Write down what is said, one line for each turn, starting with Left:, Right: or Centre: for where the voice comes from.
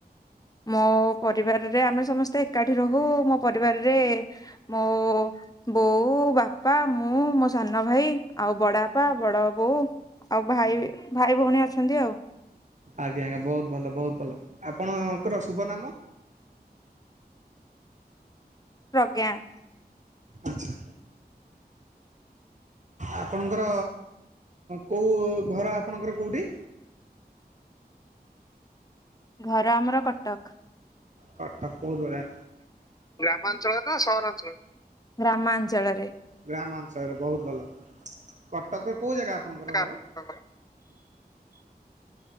Left: ମୋ ପରିବାରରେ ଆମେ ସମସ୍ତେ ଏକାଠି ରହୁ, ମୋ ପରିବାରରେ ମୋ ବୋଉ, ବାପା, ମୁଁ, ମୋ ସାନ ଭାଇ, ଆଉ ବଡ ବାପା, ବଡ ବୋଉ, ଆଉ ଭାଇ-ଭାଇ ଭଉଣୀ ଅଛନ୍ତି ଆଉ।
Right: ଆଜ୍ଞା, ଆଜ୍ଞା। ବହୁତ୍ ଭଲ, ବହୁତ୍ ଭଲ, ଆପଣଙ୍କର ଶୁଭ ନାମ?
Left: ପ୍ରଜ୍ଞା।
Right: ଆଚ୍ଛା। ଆପଣଙ୍କର କେଉଁ ଘର ଆପଣଙ୍କର କେଉଁଠି?
Left: ଘର ଆମର କଟକ।
Right: କଟକ ବହୁତ ବଢିଆ।
Left: ଗ୍ରାମାଞ୍ଚଳରେ ନା ସହରାଳଞ୍ଚରେ? ଗ୍ରାମାଞ୍ଚଳରେ।
Right: ଗ୍ରାମାଞ୍ଚଳରେ ବହୁତ ଭଲ। କଟକ ର କୋଉ ଜାଗା ଆପଣଙ୍କର
Left: ହ୍ୟାଲୋ।
Right: ଘର?